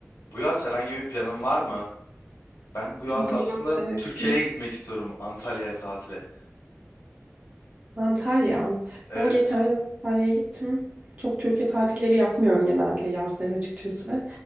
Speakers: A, on the left; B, on the right.
A: Bu yaz herhangi bir planın var mı? Ben bu yaz
B: Bu
A: aslında
B: yazla alakalı.
A: Türkiye'ye gitmek istiyorum. Antalya'ya tatile.
B: Antalya.
A: Evet.
B: Ben geçen yıl Antalya'ya gittim. Çok Türkiye tatilleri yapmıyorum genelde yazları açıkçası.